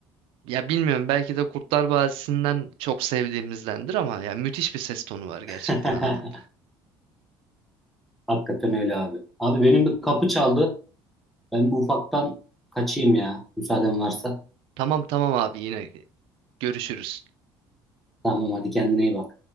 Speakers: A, on the right; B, in the centre.
A: Ya bilmiyorum belki de Kurtlar Vadisi'nden çok sevdiğimizdendir ama ya müthiş bir ses tonu var gerçekten
B: <laughs>
A: adamın.
B: Hakikaten öyle abi. Abi benim bir kapı çaldı. Ben bu ufaktan kaçayım ya. Müsaaden varsa.
A: Tamam tamam abi yine görüşürüz.
B: Tamam hadi kendine iyi bak.